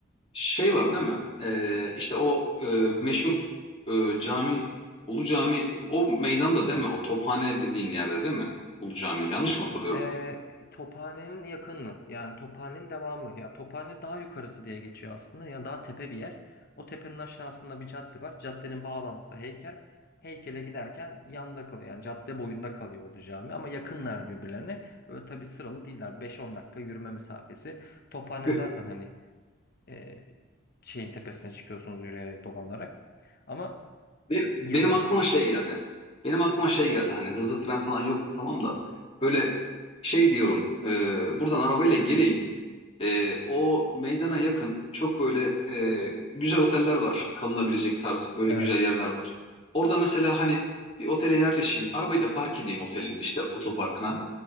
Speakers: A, on the left; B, on the left.
A: şey var değil mi? Ee, işte o e, meşhur e, cami, Ulu Cami, o meydanda değil mi? O Tophane dediğin yerde değil mi? Ulu Cami. Yanlış mı hatırlıyorum?
B: Ee, Tophane'nin yakını yani Tophane'nin devamı ya Tophane daha yukarısı diye geçiyor aslında ya daha tepe bir yer. O tepenin aşağısında bir cadde var. Caddenin bağlantısı heykel. Heykele giderken yanında kalıyor. Yani cadde boyunda kalıyor oldu cami ama yakınlar birbirlerine. Böyle tabii sıralı değiller. beş on dakika yürüme mesafesi. Tophane
A: Be-
B: zaten hani e, şeyin tepesine çıkıyorsunuz yürüyerek dolanarak. Ama
A: be- benim
B: yakın.
A: aklıma şey geldi. Benim aklıma şey geldi. Hani hızlı tren falan yok tamam da böyle şey diyorum. e, buradan arabayla geleyim. Ee, o meydana yakın çok böyle e, güzel oteller var. Kalınabilecek tarz böyle
B: Evet.
A: güzel yerler var. Orada mesela hani bir otele yerleşeyim. Arabayı da park edeyim otelin işte otoparkına.